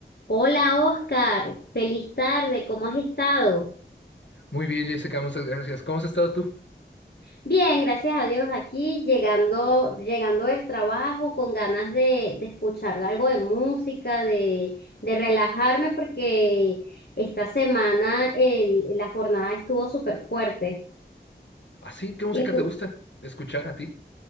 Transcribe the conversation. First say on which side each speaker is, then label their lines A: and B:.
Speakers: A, on the left (about 60°); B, on the left (about 80°).
A: Hola Oscar, feliz tarde, ¿cómo has estado?
B: Muy bien, Jessica, muchas gracias. ¿Cómo has estado tú?
A: Bien, gracias a Dios aquí, llegando, llegando del trabajo con ganas de, de escuchar algo de música, de, de relajarme porque esta semana el- la jornada estuvo súper fuerte.
B: ¿Ah, sí? ¿Qué música
A: ¿Y tú?
B: te gusta escuchar a ti?